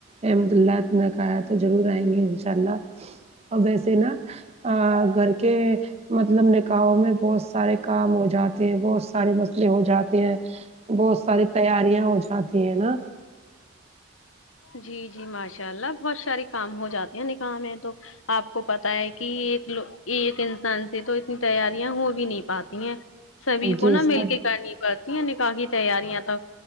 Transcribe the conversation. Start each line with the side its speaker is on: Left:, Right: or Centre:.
Right: احمد اللہ نا کہا تو ضرور آئیں گے انشاء اللہ ا ویسے نا ا گھر کے مطلب نکاحوں میں بہت سارے کام ہو جاتے ہیں بہت سارے مسلے ہو جاتے ہیں بہت ساری تیاریاں ہو جاتی ہیں نا
Left: جی جی ماشاء اللہ بہت سارے کام ہو جاتے ہیں نکاح ہے تو آپ کو پتا ہے کہ ایک کو ایک انسان سے تو اتنی تیاریاں ہو بھی نہیں پاتی ہیں سبھی کو
Right: جی
Left: نا مل
Right: سب
Left: کے کرنی پڑتی ہیں نکاح کی تیاریاں تو